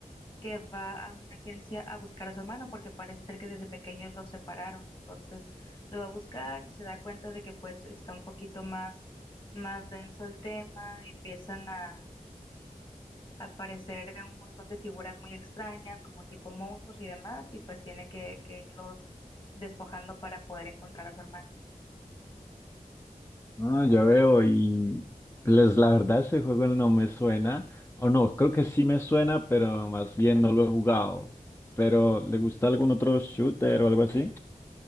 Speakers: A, on the left; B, on the left.
A: que va a una agencia a buscar a su hermano porque parece ser que desde pequeños los separaron. Entonces lo va a buscar y se da cuenta de que pues está un poquito más, más denso el tema, empiezan a aparecer un montón de figuras muy extrañas como tipo monstruos y demás y pues tiene que, que irlos despojando para poder encontrar a su hermano.
B: Ah, ya veo, y les la verdad ese juego no me suena, o no, creo que sí me suena, pero más bien no lo he jugado. Pero, ¿le gusta algún otro shooter o algo así?